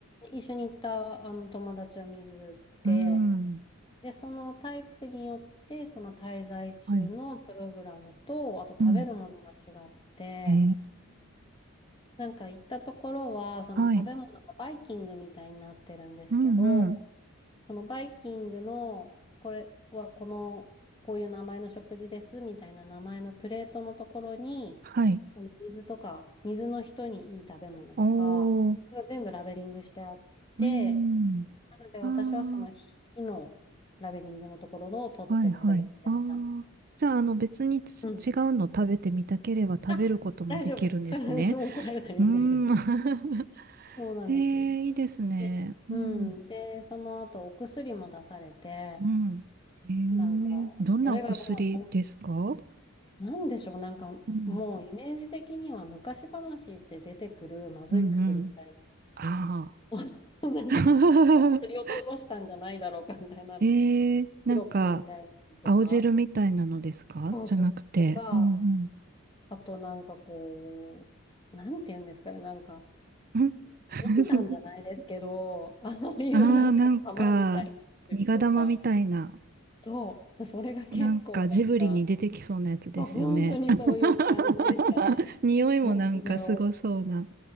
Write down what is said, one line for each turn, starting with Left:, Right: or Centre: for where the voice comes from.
Left: 一緒に行ったあの友達は水で、
Right: うん、
Left: で、そのタイプによって、その滞在中のプログラムと、
Right: はい。
Left: あと食べるものが違って、
Right: うんへえ、
Left: なんか行ったところは、その食べ物がバイキングみたいになってるんですけど、
Right: はい。うんうん。
Left: そのバイキングの、これはこの、こういう名前の食事ですみたいな名前のプレートのところに、
Right: はい。
Left: その水とか、水の人にいい食べ物とか、
Right: おー、
Left: それが全部ラベリングしてあって、
Right: うん。
Left: なので私はその日のラベリングのところのを取って食べるみたいな。
Right: ああ、はいはい。ああ。じゃあ、あの、別につ違うの食べてみたければ食べることもできるんですね。
Left: うん。あ、大丈夫。それは怒られたりはないです。
Right: うーん。<laughs>
Left: そうなんです。
Right: ええ、いいですね。
Left: で、
Right: うん。
Left: うん。で、その後お薬も出されて、
Right: うん。ええ、
Left: なんか、
Right: どんなお薬ですか
Left: それがもうなんでしょう、なんかもうイメージ的には昔話って出てくるまずい薬みたい
Right: うん。うんうん。あ
Left: な、<laughs> なんか
Right: あ。<laughs>
Left: 取り落としたんじゃないだろうかみたいな、
Right: えー、なんか、
Left: シロップみたいなのとか、
Right: 青汁みたいなのですかじゃなくて。
Left: そうそうとか、
Right: うん
Left: あとなんかこう、なんて言うんですかね、なんか、
Right: うん。ん <laughs>
Left: 人丹じゃないですけど、あのいうなんか玉みたいな薬とか、
Right: ああ、なんか、苦玉みたいな、
Left: そう、それが結構なんか、
Right: なんかジブリに出てきそうなやつですよね。
Left: そう、本当にそういう感じでしたね。
Right: <laughs> 匂いもなんかすごそうな。
Left: もうそれを。